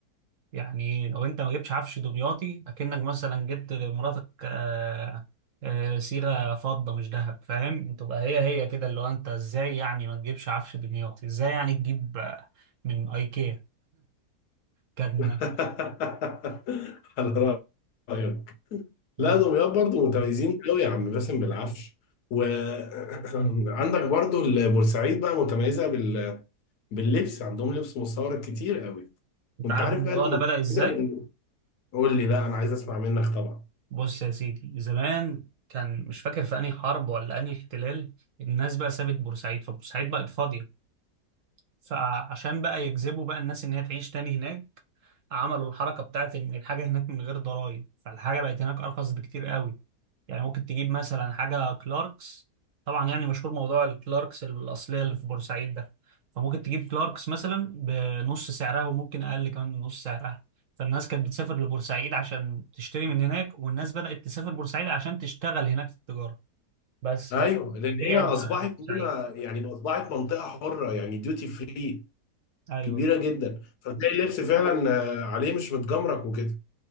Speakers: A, on the right; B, on the left.
A: يعني لو انت ما جبتش عفش دمياطي اكنك مثلا جبت لمراتك آه، آه، صيغه فضه مش ذهب فاهم تبقى هي هي كده اللي هو انت ازاي يعني ما تجيبش عفش دمياطي ازاي يعني تجيب آه، من ايكيا كان
B: <laughs> على رأيك لا
A: اه
B: دمياط برضه متميزين قوي يا عم باسم بالعفش وعندك <laughs> برضه <clears throat> البورسعيد بقى متميزة بال... باللبس عندهم لبس مستورد كتير قوي
A: انت
B: وانت
A: عارف
B: عارف
A: الموضوع
B: بقى المتميزة
A: ده بدأ ازاي
B: بال... قول لي لا انا عايز اسمع منك طبعا
A: بص يا سيدي زمان كان مش فاكر في انهي حرب ولا انهي احتلال الناس بقى سابت بورسعيد فبورسعيد بقت فاضيه فعشان بقى يجذبوا بقى الناس ان هي تعيش تاني هناك عملوا الحركه بتاعت ان الحاجه هناك من غير ضرائب فالحاجه بقت هناك ارخص بكتير قوي يعني ممكن تجيب مثلا حاجه كلاركس طبعا يعني مشهور موضوع الكلاركس الاصليه اللي في بورسعيد ده فممكن تجيب كلاركس مثلا بنص سعرها وممكن اقل كمان من نص سعرها فالناس كانت بتسافر لبورسعيد عشان تشتري من هناك والناس بدأت تسافر بورسعيد عشان تشتغل هناك في التجاره بس
B: ايوه
A: فرجعت
B: لان هي اصبحت
A: بقى بورسعيد
B: هنا يعني اصبحت منطقة حرة يعني ديوتي فري
A: ايوه
B: كبيرة جدا فتلاقي اللبس فعلا آه، عليه مش متجمرك وكده